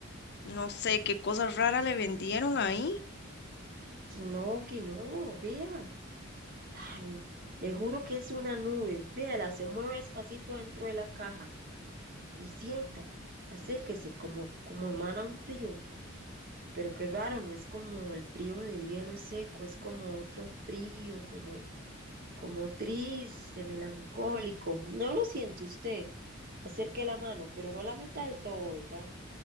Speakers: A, on the left (about 55°); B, on the right (about 45°).
A: No sé qué cosa rara le vendieron ahí.
B: que no, que no, vea. Ay, le juro que es una nube. Véala, se mueve despacito dentro de la caja y sienta, acérquese, como, como emana un frío. Pero qué raro, no es como el frío del hielo seco, es como otro frío, como, como triste, melancólico. No lo siente usted. Acerque la mano, pero no la meta del todo, ¿verdad?